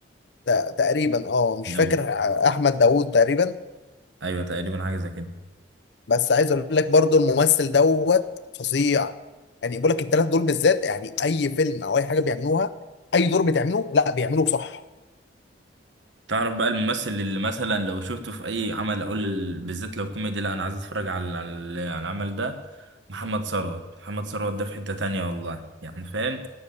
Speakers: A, on the left; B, on the right.
A: ت- تقريبا اه مش
B: داوود
A: فاكر آه، احمد داوود تقريبا
B: ايوه تقريبا حاجه زي كده
A: بس عايز اقول لك برضو الممثل دوت فظيع يعني بقول لك الثلاث دول بالذات يعني اي فيلم او اي حاجه بيعملوها اي دور بيتعمله لا بيعملوه صح
B: تعرف بقى الممثل اللي مثلا لو شفته في اي عمل اقول بالذات لو كوميدي لا انا عايز اتفرج على على على العمل ده محمد ثروت محمد ثروت ده في حتة تانية والله يعني فاهم